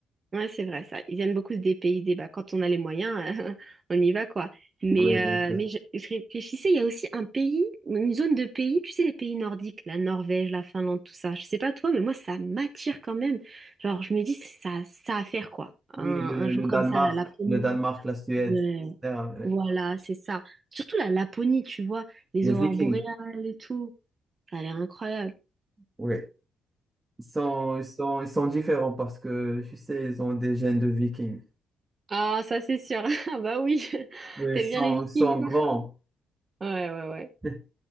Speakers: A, on the right (about 35°); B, on the right (about 20°).
A: ouais, c'est vrai ça. Ils aiment beaucoup se dépayser. Bah, quand on a les moyens, <laughs> euh, on y va quoi. Mais,
B: Oui, bien
A: euh,
B: sûr.
A: mais je, je réfléchissais, il y a aussi un pays, une zone de pays, tu sais, les pays nordiques, la Norvège, la Finlande, tout ça. Je sais pas toi, mais moi, ça m'attire quand même. Genre, je me dis, ça, ça à faire quoi.
B: Oui,
A: Un, un
B: le,
A: jour
B: le Danemark,
A: comme ça, la Laponie.
B: le Danemark, la Suède,
A: Ouais.
B: etc. oui.
A: Voilà, c'est ça. Surtout la Laponie, tu vois, les
B: Les
A: aurores
B: Vikings,
A: boréales et tout. Ça a l'air incroyable.
B: oui. Ils sont, ils sont, ils sont différents parce que, tu sais, ils ont des gènes de Vikings.
A: Ah, ça c'est sûr. <laughs> Ah bah oui, <laughs>
B: Oui,
A: t'aimes
B: ils sont,
A: bien les Vikings,
B: ils sont
A: quoi.
B: grands.
A: Ouais, ouais, ouais.
B: <laughs>